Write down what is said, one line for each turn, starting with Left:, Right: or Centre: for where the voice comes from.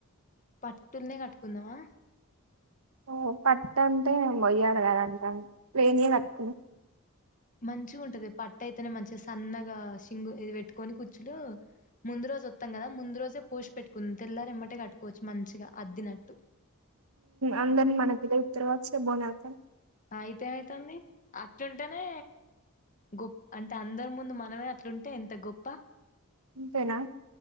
Left: పట్టుల్నే కట్టుకుందావా
Right: ఓ పట్టంటే ఒయడగాాలంట పేని కట్టను
Left: మంచిగా ఉంటది పట్ట అయితేనే మంచిగా సన్నగా సింగు ఇది పెట్టుకొని కూచులు ముందు రోజు వత్తాం కదా ముందు రోజే పూసి పెట్టుకుంది తెల్లారింమటే కట్టుకోవచ్చు మంచిగా అద్దినట్టు
Right: అందరిని మనకుద ఉత్తర వచ్చా బోన్తారు
Left: అయితే ఏమైతుంది అట్లుంటేనే గొ అంటే అందరి ముందు మనమే అట్లుంటే ఎంత గొప్ప
Right: ఇంతేనా